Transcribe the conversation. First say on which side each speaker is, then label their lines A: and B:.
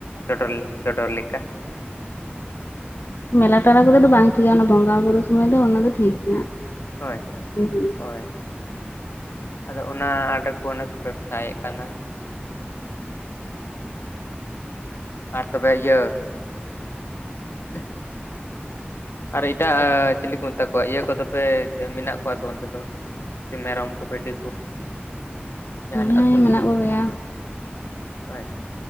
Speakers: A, on the left; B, on the left.
A: ᱪᱚᱰᱚᱨ ᱪᱚᱰᱚᱨ ᱞᱮᱠᱟ᱾ ᱦᱩᱸ
B: ᱢᱮᱞᱟ ᱴᱚᱞᱟ ᱠᱚᱨᱮᱫ ᱫᱚ ᱵᱟᱝ ᱴᱷᱤᱠᱟ ᱚᱱᱟ ᱵᱚᱸᱜᱟ ᱵᱩᱨᱩ ᱥᱚᱢᱚᱭ ᱫᱚ ᱚᱱᱟ ᱫᱚ ᱴᱷᱤᱠ ᱜᱮᱭᱟ᱾
A: ᱦᱳᱭ,
B: ᱦᱮᱸ
A: ᱦᱳᱭ᱾ ᱟᱫᱚ ᱚᱱᱟ ᱟᱫᱚ ᱠᱚ ᱚᱱᱮ ᱠᱚ ᱵᱮᱵᱥᱟᱭᱮᱫ ᱠᱟᱱᱟ᱾ ᱟᱨ ᱛᱚᱵᱮ ᱤᱭᱟᱹ, <inaudible> ᱟᱨ ᱮᱴᱟᱜ ᱪᱤᱞᱤ ᱠᱚ ᱢᱮᱛᱟ ᱠᱚᱣᱟ, ᱤᱭᱟᱹ ᱠᱚᱫᱚ ᱯᱮ ᱢᱮᱱᱟᱜ ᱠᱚᱣᱟ ᱥᱮ ᱚᱱᱛᱮ ᱫᱚ? ᱮ ᱢᱮᱨᱚᱢ ᱠᱚ ᱵᱷᱤᱰᱤ ᱠᱚ, ᱡᱟᱦᱱᱟᱜ
B: ᱦᱮᱸ
A: ᱟᱹᱥᱩᱞ
B: ᱢᱮᱱᱟᱜ
A: ᱠᱚ᱾
B: ᱠᱚᱜᱮᱭᱟ
A: ᱦᱳᱭ,